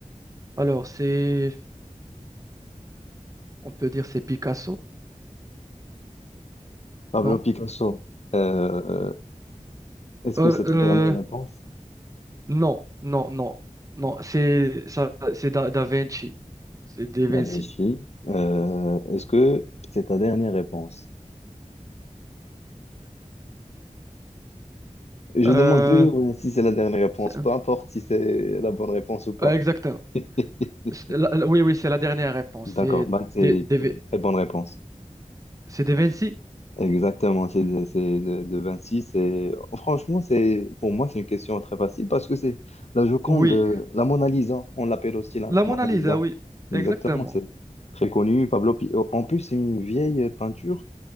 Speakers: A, on the right; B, on the left.
A: Alors, c'est, on peut dire, c'est Picasso,
B: Pablo
A: non?
B: Picasso, euh, est-ce
A: Euh,
B: que c'est ta
A: euh,
B: dernière réponse?
A: non, non, non, non, c'est ça, c'est Da, Da Vinci, c'est Da Vinci.
B: La Vichy, euh, est-ce que c'est ta dernière réponse? Je
A: Euh,
B: demande toujours euh, si c'est la dernière réponse,
A: c'est-
B: peu importe si c'est la bonne réponse ou pas.
A: euh, exactement.
B: <laughs>
A: C'est la- la- oui, oui, c'est la dernière réponse.
B: D'accord,
A: C'est
B: bah, c'est
A: Da, Da Vin-
B: très bonne réponse.
A: c'est Da Vinci?
B: Exactement, c'est de, c'est de, de 26. Et, franchement, c'est, pour moi, c'est une question très facile parce que c'est la Joconde,
A: Oui.
B: euh, la Mona Lisa, on l'appelle aussi la
A: La
B: Mona
A: Mona Lisa,
B: Lisa.
A: oui,
B: Exactement,
A: exactement.
B: c'est très connu. Pablo, Pi- oh, en plus, c'est une vieille peinture,